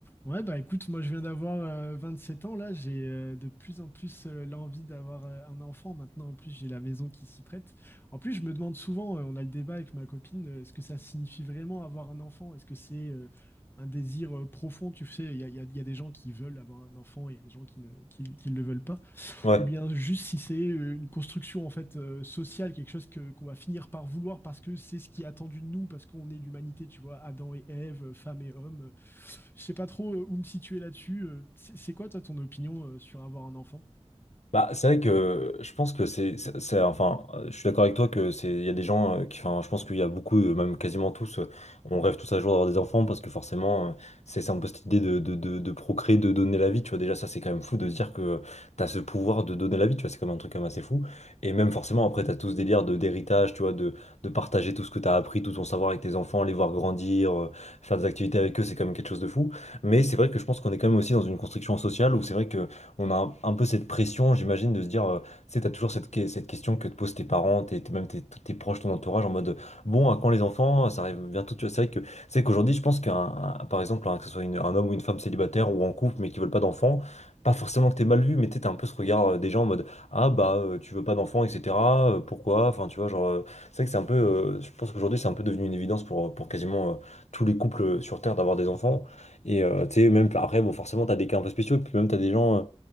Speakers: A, on the left; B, on the left.
A: Ouais, bah écoute, moi je viens d'avoir euh, 27 ans, là j'ai euh, de plus en plus euh, l'envie d'avoir euh, un enfant. Maintenant, en plus, j'ai la maison qui s'y prête. En plus, je me demande souvent, euh, on a le débat avec ma copine, euh, est-ce que ça signifie vraiment avoir un enfant? Est-ce que c'est euh, un désir euh, profond? Tu sais, il y a, il y a- il y a des gens qui veulent avoir un enfant, et il y a des gens qui ne qui, qui ne le veulent pas
B: Ouais.
A: ou bien juste si c'est euh, une construction en fait euh, sociale, quelque chose que qu'on va finir par vouloir parce que c'est ce qui est attendu de nous, parce qu'on est l'humanité, tu vois, Adam et Ève, femme et homme. Je sais pas trop euh, où me situer là-dessus. euh, C'est c'est quoi toi ton opinion euh, sur avoir un enfant
B: Bah, c'est vrai que je pense que c'est, c'est, c'est- enfin, euh, je suis d'accord avec toi que c'est, il y a des gens euh, qui, enfin, je pense qu'il y a beaucoup, euh, même quasiment tous, euh, on rêve tous un jour d'avoir des enfants parce que forcément, euh, c'est c'est un peu cette idée de, de, de, de procréer, de donner la vie, tu vois. Déjà, ça, c'est quand même fou de se dire que t'as ce pouvoir de donner la vie, tu vois. C'est quand même un truc quand même assez fou. Et même forcément, après, t'as tout ce délire de, d'héritage, tu vois, de, de partager tout ce que t'as appris, tout ton savoir avec tes enfants, les voir grandir, euh, faire des activités avec eux, c'est quand même quelque chose de fou. Mais c'est vrai que je pense qu'on est quand même aussi dans une construction sociale où c'est vrai que on a un, un peu cette pression, j'imagine, de se dire, euh, tu sais, t'as toujours cette, que- cette question que te posent tes parents, tes, tes- même tes, tous tes proches, ton entourage, en mode, bon, à quand les enfants? Ça arrive bientôt. tu vois. C'est vrai que, c'est qu'aujourd'hui, je pense qu'un, un- par exemple, hein, que ce soit une- un homme ou une femme célibataire ou en couple, mais qui veulent pas d'enfants, pas forcément que t'es mal vu, mais tu sais, t'as un peu ce regard euh, des gens en mode, ah bah, euh, tu veux pas d'enfants, etc. euh, pourquoi? Enfin, tu vois, genre, euh, c'est vrai que c'est un peu, euh,
A: mm.
B: je pense qu'aujourd'hui, c'est un peu devenu une évidence pour, pour quasiment euh, tous les couples sur Terre d'avoir des enfants. Et euh, tu sais, même après, bon, forcément, t'as des cas un peu spéciaux, et puis même t'as des gens. euh,